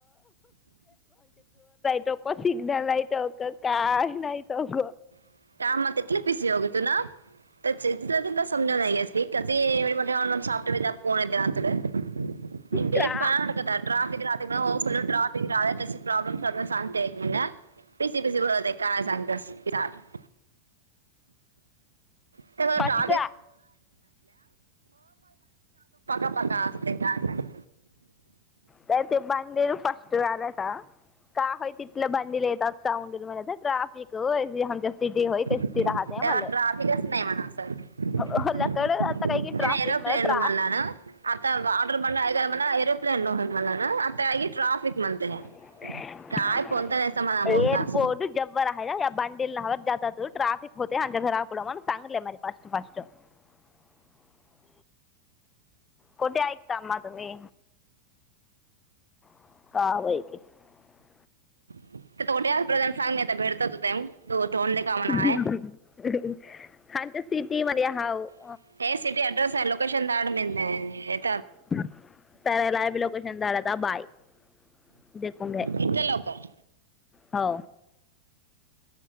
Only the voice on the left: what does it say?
च <unintelligible> सिग्नल ला यटो का काय नाहीत ग
ट्रा
फर्स्ट
तर ते बंदिल फर्स्ट राहिला का. <unintelligible> <inaudible>
मला हो लकड आता
काही की ट्राफिक मला ट्रा
<unintelligible>
<unintelligible> <unintelligible> कुठे आहेत आमा तुम्ही? <unintelligible>
<unintelligible>
<unintelligible>
हो.